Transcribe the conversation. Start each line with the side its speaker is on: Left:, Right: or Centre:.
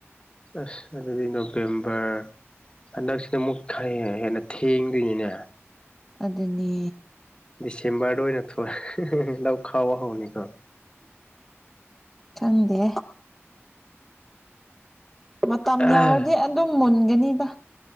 Left: ꯑꯁ ꯑꯗꯨꯗꯤ ꯅꯕꯦꯝꯕꯔ ꯍꯟꯗꯛꯁꯤꯅ ꯑꯃꯨꯛ ꯈꯔ ꯍꯦꯟꯅ ꯊꯦꯡꯗꯣꯏꯅꯤꯅꯦ
Centre: ꯑꯗꯨꯅꯦ
Left: ꯗꯤꯁꯦꯝꯕꯔꯗ ꯑꯣꯏꯅ ꯊ <unintelligible> ꯂꯧ ꯈꯥꯎꯕ ꯍꯧꯅꯤꯀꯣ
Centre: ꯈꯪꯗꯦ ꯃꯇꯝ
Left: ꯍꯣꯏ
Centre: ꯌꯔꯗꯤ ꯑꯗꯨꯝ ꯃꯨꯟꯒꯅꯤꯗ